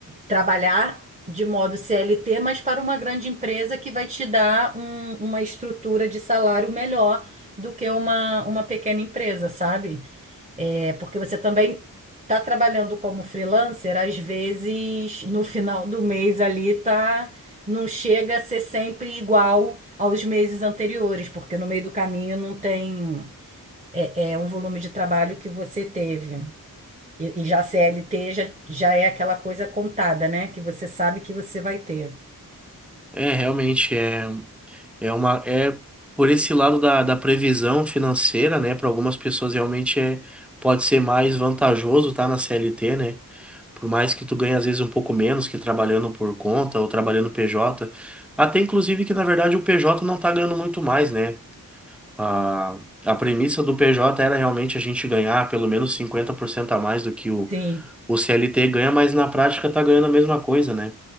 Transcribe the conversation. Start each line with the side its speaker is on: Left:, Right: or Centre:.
Right: trabalhar de modo CLT, mas para uma grande empresa que vai te dar um- uma estrutura de salário melhor do que uma, uma pequena empresa, sabe? É, porque você também está trabalhando como freelancer, às vezes no final do mês ali tá. Não chega a ser sempre igual aos meses anteriores, porque no meio do caminho não tem é, é, o volume de trabalho que você teve. E, e já CLT já, já é aquela coisa contada, né? Que você sabe que você vai ter.
Centre: É, realmente, é, é uma. É por esse lado da, da previsão financeira, né? Para algumas pessoas realmente é, pode ser mais vantajoso estar na CLT, né? Por mais que tu ganhe às vezes um pouco menos que trabalhando por conta ou trabalhando PJ, até inclusive que na verdade o PJ não tá ganhando muito mais, né? A, a premissa do PJ era realmente a gente ganhar pelo menos 50% a mais do que o,
Right: Sim,
Centre: o CLT ganha, mas na prática tá ganhando a mesma coisa, né?